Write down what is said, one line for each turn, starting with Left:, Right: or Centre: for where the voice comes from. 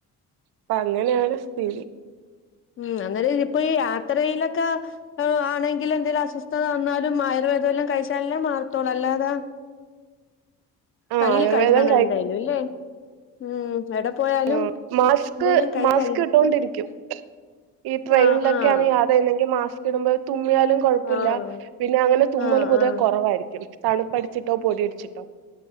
Right: അപ്പ അങ്ങനെയാണ് സ്ഥിതി
Left: ഉം അന്നേരം ഇ ഇപ്പോ ഈ യാത്രയിലൊക്കെ ആണെങ്കിൽ എന്തേലിലും അസ്വസ്ഥത വന്നാലും ആയുർവേദം എല്ലാം കഴിച്ചാലല്ലേ മാറത്തോളൂ അല്ലാതെ
Right: ആ
Left: കയ്യിൽ
Right: ആയുർവേദം
Left: കരുതണം എന്തായാലും ഇല്ലെ ഉം എവിടെ പോയാലും
Right: ആ മാസ്ക്
Left: എന്തേലും കൈ
Right: മാസ്ക്
Left: കഴു
Right: ഇട്ടൊണ്ടിരിക്കും ഈ ട്രെയിനിലൊക്കെയാണ്
Left: ആഹ് ആഹ്
Right: യാതരുന്നെങ്ക മാസ്‌ കിടു തുമ്മിയാലും കുഴപ്പമില്ല
Left: ആഹ്
Right: പിന്നെ അങ്ങനെ തുമ്മല്
Left: ആഹ്
Right: പൊതുവെ
Left: ആഹ്
Right: കുറവായിരിക്കും തണുപ്പടിച്ചിട്ടോ പൊടി അടിച്ചിട്ടോ